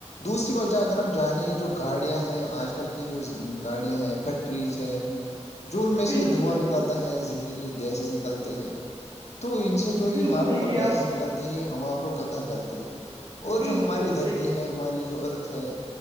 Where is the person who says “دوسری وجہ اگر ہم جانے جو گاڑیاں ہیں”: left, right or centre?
Left